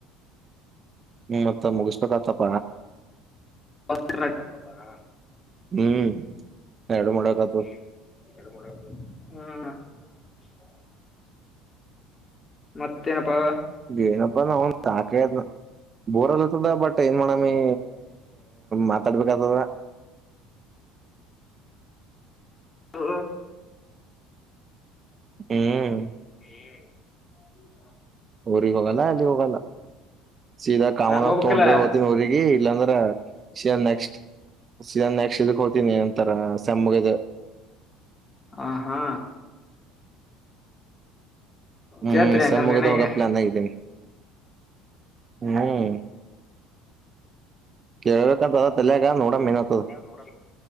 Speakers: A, on the right; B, on the left.
A: ಹ್ಮ ಮತ್ತ ಮುಗಿಸಬೇಕತ್ತಪ
B: ಹ <inaudible>
A: ಹ್ಮ್ ಎರಡು ಮಾಡಕತ್ತು
B: ಹ <inaudible> ಮತ್ತೇನಪ್ಪಾ
A: ಏನಪ್ಪ ನಾ ಒಂದು ಸಾಕ ಆಗೇದ ಬೋರಆಗಲಕ್ ಅತ್ತದ್ ಬಟ್ ಏನ್ ಮಾಡೋಮಿ ಮಾತಾಡಬೇಕ್ ಆತದ್
B: ಹ
A: ಹ್ಮ್
B: ಹ್ಮ
A: ಊರಿಗೆ ಹೋಗಲ್ಲ ಏಲ್ಲಿ ಹೋಗಲ್ಲ ಸೀದಾ ಕಾಮನ್ಫ
B: ನಾ ಹೋಗ್ಬೇಕಿಲ್ಲ
A: ತೊಂಡ್ರೆ ಹೋಗ್ತೀನಿ ಊಗಿ ಇಲ್ಲಾಂದ್ರ ಸೀದಾ ನೆಕ್ಸ್ಟ್ ಸೀದಾ ನೆಕ್ಸ್ಟ್ ಇದಕ್ ಹೋಗ್ತೀನಿ ಅಂತಾರ ಸೆಮ್ಮಗದು
B: ಹ ಹಾ
A: ಹ್ಮ್
B: ಕೇಳ್ತ್ರಿ ಹಂಗಂದ್ರ
A: ಸೇಮ್ ಮುಗಿದು
B: ನೀನ
A: ಹೋಗ
B: ಈಗ
A: ಪ್ಲಾನ್ ಆಗ್ದೀನಿ ಹ್ಮ್ ಕೇಳ್ಬೇಕಂತ ಅದ ತಲ್ಯಾಗ ನೋಡಮ್ ಏನತದ
B: ನೋಡ